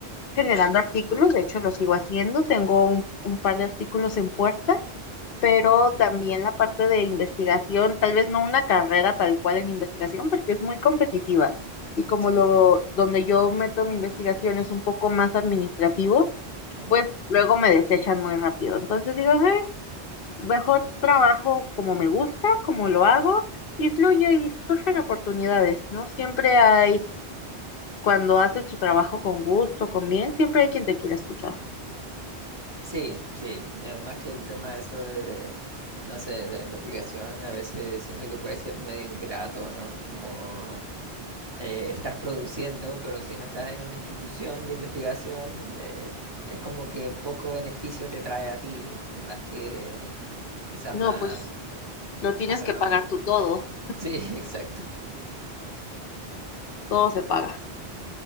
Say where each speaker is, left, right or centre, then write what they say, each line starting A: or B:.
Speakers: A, on the left; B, on the right.
A: generando artículos, de hecho lo sigo haciendo, tengo un, un par de artículos en puerta, pero
B: Ah, Excelente.
A: también la parte de investigación, tal vez no una carrera tal cual en investigación, porque es muy competitiva. Y como
B: Sí,
A: lo, donde yo meto mi investigación es un poco más administrativo,
B: ah, entiendo.
A: pues luego me desechan muy rápido. Entonces digo, "Ah, Mejor trabajo como me gusta, como lo hago, y fluye y surgen oportunidades, ¿no? Siempre hay, cuando haces tu trabajo con gusto, con bien, siempre hay quien te quiera escuchar.
B: Sí, sí, y además que el tema eso de, no sé, de la investigación, a veces siento que puede ser medio ingrato, ¿no? Como eh, estás produciendo, pero si no estás en una institución de investigación, eh, es como que poco beneficio te trae a ti, más que quizás
A: No,
B: más,
A: pues lo tienes
B: más renombre.
A: que pagar tú todo,
B: Sí, <laughs> exacto.
A: todo se paga.